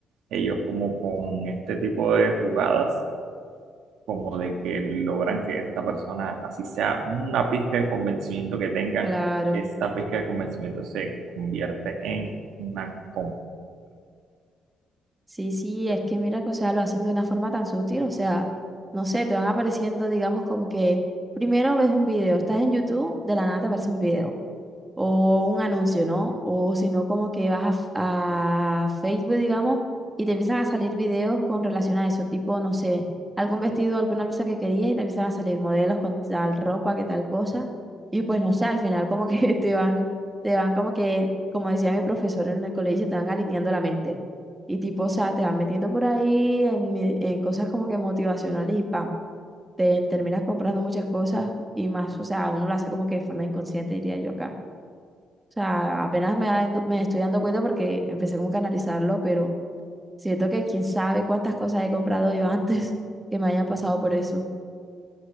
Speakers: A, on the right; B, on the right.
A: ellos como con este tipo de jugadas, como de que logran que esta persona, así sea una pizca de convencimiento que tengan,
B: claro.
A: esta pizca de convencimiento se convierte en una compra.
B: Sí, sí, es que mira que, o sea, lo hacen de una forma tan sutil, o sea, no sé, te van apareciendo, digamos, como que primero ves un video, estás en YouTube, de la nada te aparece un video o un anuncio, ¿no? O si no, como que vas a, f- a Facebook, digamos, y te empiezan a salir videos con relación a eso, tipo, no sé, algún vestido, alguna blusa que querías y te empiezan a salir modelos con tal ropa, que tal cosa, y pues no sé, al final como que <laughs> te van, te van como que, como decía mi profesor en el colegio, te van alineando la mente. Y tipo, o sea, te van metiendo por ahí en, mi- en cosas como que motivacionales y pam, te terminas comprando muchas cosas y más, o sea, uno lo hace como que de forma inconsciente, diría yo acá. O sea, apenas me, dando- me estoy dando cuenta porque empecé como que a analizarlo, pero siento que quién sabe cuántas cosas he comprado yo <laughs> antes que me haya pasado por eso.